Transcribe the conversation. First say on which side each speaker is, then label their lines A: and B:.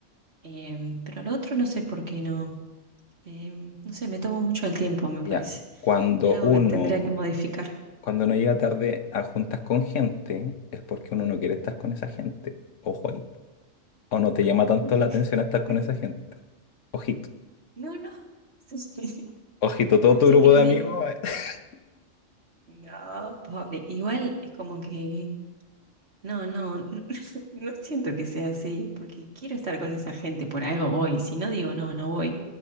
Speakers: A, on the right; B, on the left.
A: em, pero lo otro no sé por qué no. em, no sé, me tomo mucho el tiempo, me parece.
B: Ya, cuando
A: Es algo
B: uno,
A: que tendría que modificar.
B: cuando no llega tarde a juntas con gente, es porque uno no quiere estar con esa gente. Ojo ahí. O no te llama tanto
A: <laughs>
B: la atención estar con esa gente. Ojito.
A: No, no. <laughs>
B: Ojito, todo
A: O
B: tu
A: sea
B: grupo
A: que no
B: de
A: me...
B: amigos. eh, <laughs>
A: No, pobre. Igual es como que... No, no, no, no siento que sea así, porque quiero estar con esa gente, por algo voy. Si no digo no, no voy